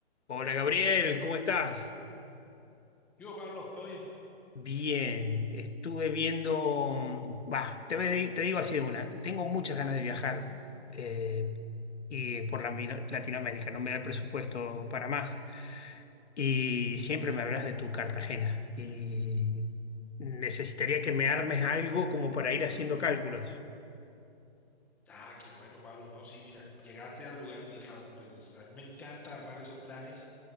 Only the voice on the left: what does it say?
Hola Gabriel, ¿cómo estás?
Bien, estuve viendo, bah, te, ve- te digo así de una, tengo muchas ganas de viajar eh, y por la, mino- Latinoamérica, no me da el presupuesto para más. Y siempre me hablas de tu Cartagena y necesitaría que me armes algo como para ir haciendo cálculos.